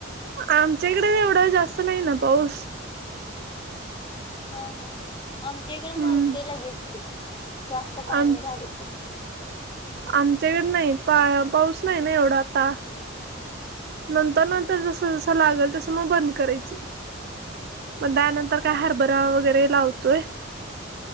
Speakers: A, on the right; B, on the left.
A: आमच्याएकडे एवढा जास्त नाही ना पाऊस.
B: हां हां. आमच्या इकडे
A: हम्म
B: मरते लगेच की, जास्त पाणी
A: आम
B: झाले की.
A: आमच्याकडे नाही पाय पाऊस नाही ना एवढा आता. नंतर नंतर जसं जसं लागेल तसं म बंद करायची. मग दहा त्यानंतर
B: हा,
A: काय हरभरा वगैरे लावतोय.